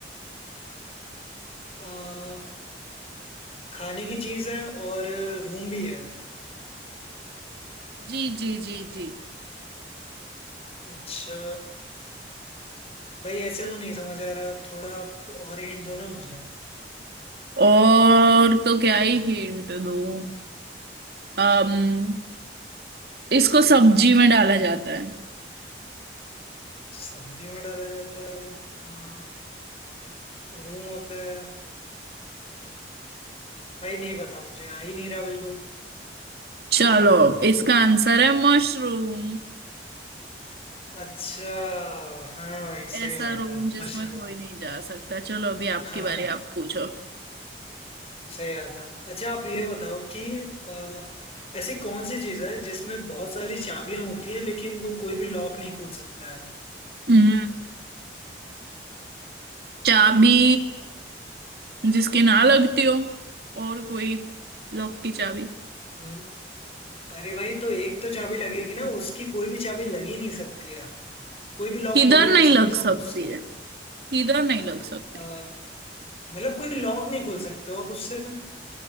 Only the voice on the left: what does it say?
आ, खाने की चीज है और रूम भी है
अच्छा भाई ऐसे तो नहीं समझ आ रहा थोड़ा आप और हिंट दो ना मुझे
सब्जी में डाला जाता है आ, रूम होता है भाई नहीं पता मुझे आ ही नहीं रहा बिल्कुल
अच्छा हाँ भाई
सही बात
है
मशरूम
हाँ
सही बात है अच्छा आप ये बताओ कि अ, ऐसी कौन सी चीज है जिसमें बहुत सारी चाबियां होती हैं लेकिन वो कोई भी लॉक नहीं खोल सकता है
हम्म, अरे भाई तो एक तो चाबी लगेगी ना उसकी कोई भी चाबी लग ही नहीं सकती है कोई भी लॉक
खोल ही नहीं
सकते
हो
आप उससे
अ, मतलब कोई लॉक नहीं खोल सकते हो आप उससे